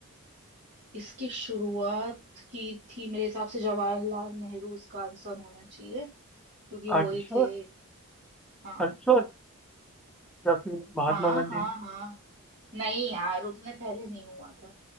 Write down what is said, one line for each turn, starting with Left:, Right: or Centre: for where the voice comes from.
Right: इसकी शुरुआत की थी मेरे हिसाब से जवाहरलाल नेहरू इसका आंसर होना चाहिए क्योंकि
Centre: Are
Right: वो ही
Centre: sure
Right: थे हाँ
Centre: Are sure या फिर महात्मा
Right: हाँ
Centre: गांधी
Right: हाँ
Centre: ने
Right: हाँ नहीं यार उतने पहले नहीं हुआ था